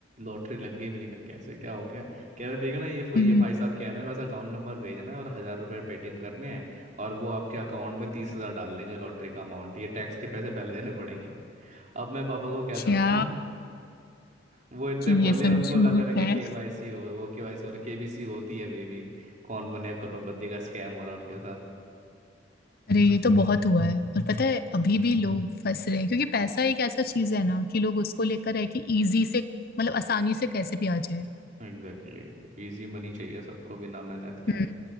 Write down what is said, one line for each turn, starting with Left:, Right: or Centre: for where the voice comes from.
Right: लॉटरी लग गई मैंने कहा कैसे क्या हो गया कह रहे देखना ये
Left: हम्म,
Right: ये भाई साहब कह रहे हैं बस अकाउंट नंबर भेजना है और हजार रुपए पेटीएम करने हैं और वो आपके अकाउंट में तीस हजार डाल देंगे लॉटरी का अमाउंट ये टैक्स के पैसे पहले देने पड़ेंगे <laughs> अब मैं पापा को क्या समझाऊं
Left: क्या
Right: <laughs> वो इतने
Left: कि
Right: भोले
Left: ये सब
Right: उनको
Left: झूठ
Right: लग रहा है कि
Left: है
Right: केवाईसी हो वो केवाईसी हो रहा केबीसी होती है अभी भी कौन बने करोड़पति का स्कैम हो रहा है उनके साथ
Left: अरे ये तो बहुत हुआ है और पता है अभी भी लोग फंस रहे हैं क्योंकि पैसा एक ऐसा चीज है ना कि लोग उसको लेकर है कि इजी से मतलब आसानी से कैसे भी आ जाए
Right: Exactly exactly. इजी मनी चाहिए सबको बिना मेहनत के
Left: हम्म